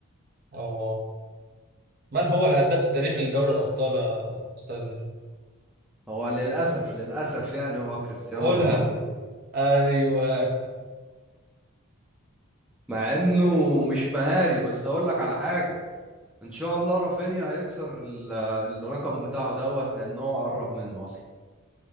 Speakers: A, on the right; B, in the centre.
A: آه من هو الهداف التاريخي لدوري الأبطال يا أستاذنا؟
B: هو للأسف للأسف يعني هو كريستيانو
A: قولها
B: رونالدو
A: أيوه
B: مع انه مش مهاري بس اقول لك على حاجه ان شاء الله رافينيا هيكسر ال- الرقم بتاعه دوت لان هو قرب منه اصلا